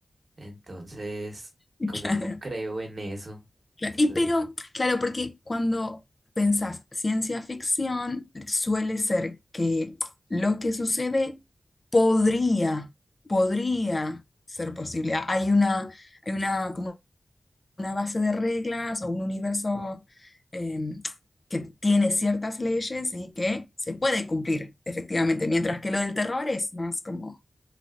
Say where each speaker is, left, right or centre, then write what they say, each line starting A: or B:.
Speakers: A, on the right; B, on the left.
A: entonces
B: <laughs>
A: como
B: claro.
A: no creo en eso,
B: Claro,
A: entonces,
B: Y pero, claro, porque cuando pensás ciencia ficción, suele ser que lo que sucede podría, podría ser posible. Ha- Hay una, hay una, como una base de reglas o un universo eh, que tiene ciertas leyes y que se puede cumplir, efectivamente, mientras que lo del terror es más como